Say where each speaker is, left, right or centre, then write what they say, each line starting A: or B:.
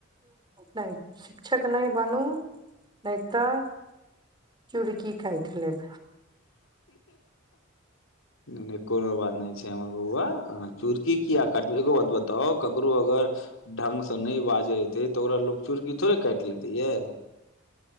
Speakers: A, on the right; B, on the left.
A: नहि शिक्षक नहि बनू नहि तऽ चूड़की काटि लेब
B: ने कोनो बात नहि छै हमर बौआ अहाँ चुरकी किया काटब एगो बात बता ताउ ककरो अगर ढंग से नहि बाजे एते तऽ ओकरा लोग चूुरकी थोड़े काटि लेतै यै